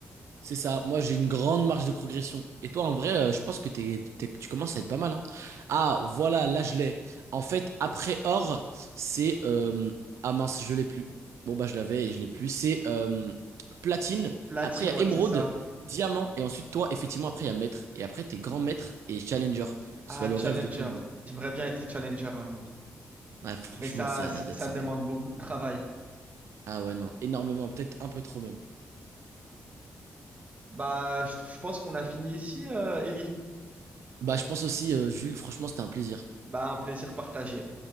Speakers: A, on the right (about 85°); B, on the right (about 35°).
A: C'est ça, moi j'ai une grande marge de progression. Et toi en vrai, euh, je pense que t'es- t'es- tu commences à être pas mal. hein. Ah voilà, là je l'ai. En fait, après or, c'est... euh, Ah mince, je l'ai plus. Bon bah je l'avais et je l'ai plus. C'est euh, platine,
B: Platine,
A: après il y a
B: ouais,
A: émeraude,
B: c'est ça.
A: diamant, et ensuite toi, effectivement, après il y a maître. Et après t'es grand maître et challenger, soit
B: Ah,
A: le
B: challenger.
A: rêve de tout le monde.
B: J'aimerais bien être challenger un jour.
A: Ouais, franchement,
B: Mais ça,
A: ça
B: ça
A: a l'air d'être
B: ça
A: sympa.
B: demande beaucoup de travail.
A: Ah ouais, non, énormément, peut-être un peu trop même.
B: Bah, je, tr- je pense qu'on a fini ici, euh, Ellie.
A: Bah je pense aussi, euh, Jules, franchement c'était un plaisir.
B: Bah, un plaisir partagé.